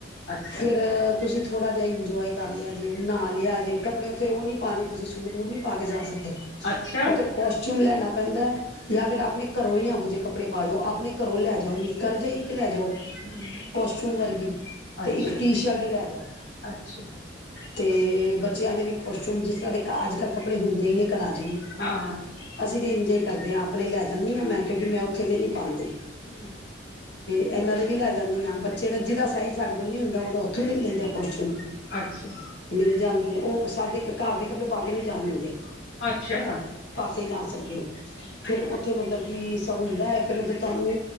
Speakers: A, on the left; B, on the left.
A: ਅੱਛਾ
B: ਫਿਰ ਤੁਸੀਂ ਥੋੜਾ ਜਿਹਾ ਇੰਜੋਏ ਕਰ ਲਿਆ, ਜੇ ਨਹਾ ਲਿਆ ਜੇ ਕਪੜੇ ਉਥੇ ਉਹ ਨੀ ਪਾਣੇ ਤੁਸੀਂ ਸੂਟ ਉਹ ਨੀ ਪਾ ਕੇ ਜਾ ਸਕਦੇ
A: ਅੱਛਾ
B: ਉਥੇ ਕੋਸਟਿਊਮ ਲੈਣਾ ਪੈਂਦਾ। ਜਾਂ
A: ਹਮ
B: ਫਿਰ ਆਪਣੇ ਘਰੋਂ ਹੀ ਜੇ ਕੱਪੜੇ ਪਾ ਜਾਓ ਆਪਣੇ ਘਰੋ ਲੈ ਜਾਓ ਨੀ ਕਰਜ਼ਾ ਇੱਕ ਲੈ ਜਾਓ
A: ਹਮ
B: ਕਾਸਟਿਊਮ ਵਰਗੀ ਤੇ
A: ਅੱਛਾ
B: ਇੱਕ ਟੀ- ਸ਼ਰਟ ਲੈ ਜਾਓ
A: ਅੱਛਾ
B: ਤੇ ਬਚ ਬੱਚਿਆਂ ਦੇ ਵੀ ਕੋਸਟੂਮ ਜਿਸ ਤਰਾਂ ਦੇ ਤਾਂ ਅੱਜ-ਕੱਲ ਕੱਪੜੇ ਹੁੰਦੇ ਹੀ ਨੇ ਘਰਾਂ ਚ ਵੀ
A: ਹਾਂ
B: ਅਸੀਂ ਇੰਜੇ ਕਰਦੇ ਹਾਂ ਆਪਣੇ ਲੈ ਜਾਂਦੀ ਹਾਂ, ਮੈਂ ਕਿਉਂਕੀ ਮੈਂ ਉਥੇ ਦੇ ਨੀ ਪਾਂਦੀ।
A: ਹੂੰ।
B: ਇਹਨਾਂ ਦੇ ਵੀ ਲੈ ਜਾਂਦੀਆਂ ਬੱਚੇ ਦਾ ਜਿਹਦਾ ਸਾਈਜ਼ ਸਾਡੇ ਕੋਲ ਨਹੀਂ ਹੁੰਦਾ, ਉਹਦਾ ਉਥੋਂ ਹੀ ਲੈ ਲਈ ਦਾ ਕਾਸਟਿਊਮ।
A: ਅੱਛਾ
B: ਮਿਲ ਜਾਂਦੇ ਨੇ। ਉਹ ਸਾਡੇ ਘਰ ਦੇ ਕੱੜੇ ਪਾ ਕੇ ਨੀ ਜਾਨ ਦਿੰਦੇ।
A: ਅੱਛਾ।
B: ਨਈ ਜਾ ਸਕਦੇ ਹੋ।
A: ਹਮ
B: ਫੇਰ ਉਥੇ ਮਤਲਬ ਏਹ ਸਭ ਹੁੰਦਾ ਏ, ਫਿਰ ਓਥੇ ਤੁਹਾਨੂੰ